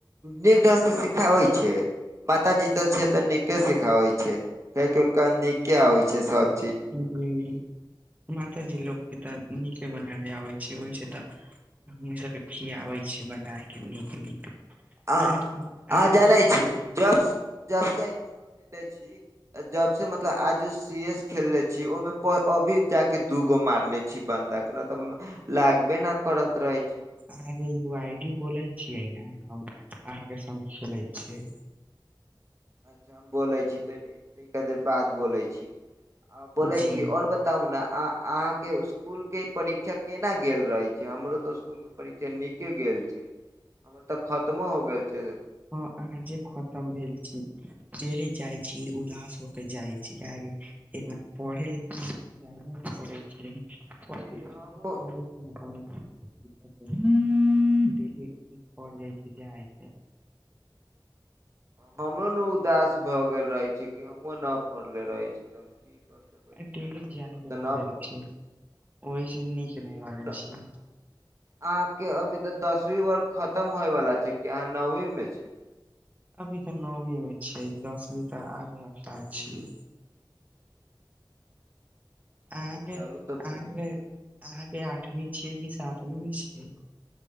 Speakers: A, on the right (about 35°); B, on the right (about 20°).
A: नीक ढंग से सिखाबै छियै माता जी त छै तऽ नीक। के सिखाबै छै कियाकि हुनका नीके आबै छै सब।
B: ह माताजी लोकके तऽ नीके बनाबे आबै छै ओहिस तऽ। हमनी सबके खियाबै छियै बनाय के नीक नीक।
A: आ
B: अहाँके
A: अहाँ
B: अहाँके
A: जाने छी जब जब से आइ फोन लेेने छी। जब से मतलब आजो सी एस खेलले छी ओहिमे अभी जाके दू गो मारले छी बन्दक। <unintelligible> लागबे न करत रहै छै।
B: अहाँके उ आई डी बोलै छियै न हम अहाँ के संग खेलै छीयै।
A: अच्छा हम बोलै छी तनी ई देखी कतेक बाद बोलै छी आ बोलै
B: जी
A: छी और बत तउ न आ अहाँके स्कूल के परिक्षा केना गेल रहै छै हमरो तऽ स्कूल परीक्षा नीके गेल छै, हमर तऽ खत्मो हो गेल छै।
B: हां आजे खतम भेल छी। डेली जाइ छी उदास होके जाइ छी, कियाकी एतना पढ़े लिखे जाइए नै पड़े छै लेकिन
A: जी
B: पर इग्जाम
A: हमहूँ
B: पड़े छै नै <unintelligible> डेली ई पढ़ लै छी यैह एते।
A: हमरो न उदास भऽ गेल रहै छीयै कि हमहुँ न पढ़ले रहै छी तऽ हम की कर सकै
B: अ
A: छियै
B: डेली जाय
A: अब
B: के
A: तऽ
B: रहलै
A: न पढ़
B: छै, ओहि से नीक
A: जी
B: नै
A: हम
B: लागै छै।
A: अहाँके अभी तऽ दसवीं वर्ग खतम होइवला छै कि अहाँ नौवीमे छीयै।
B: अभी तऽ नौवी में छियै, दसवी तऽ अगला साल छियै। अहाँके,
A: तऽ चलू तब
B: अहाँके,
A: तऽ नीके
B: अहाँके आठवीं छियै कि सातवीं मे छियै?